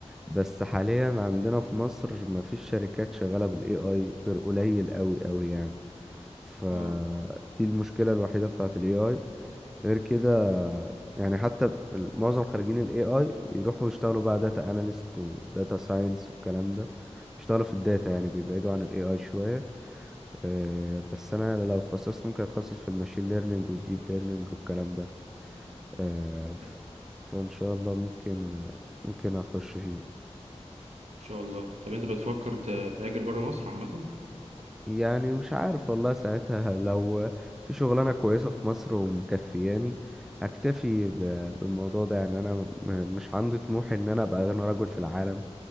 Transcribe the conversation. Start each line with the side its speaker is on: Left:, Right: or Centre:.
Centre: بس حاليا عندنا في مصر مفيش شركات شغاله بالاي اي غير قليل قوي قوي يعني فدي
Right: اه
Centre: المشكلة الوحيدة بتاعة ال AI غير كده يعني حتى ال- معظم خريجين ال AI بيروحوا يشتغلوا بقى داتا analyst و data science والكلام ده بيشتغلوا في الداتا يعني بيبعدوا عن ال AI شوية آه، بس أنا لو اتخصصت ممكن أتخصص في الماشين ليرنينج والديب ليرنينج والكلام ده آه، ف-
Right: لا، ان
Centre: فإن شاء الله ممكن ممكن أخش فيه
Right: شاء الله طب انت بتفكر ت- تهاجر بره مصر عامة
Centre: يعني مش عارف والله ساعتها لو في شغلانة كويسة في مصر ومكفياني هكتفي ب- بالموضوع ده يعني انا م- مش عندي طموح ان انا ابقى اغنى رجل في العالم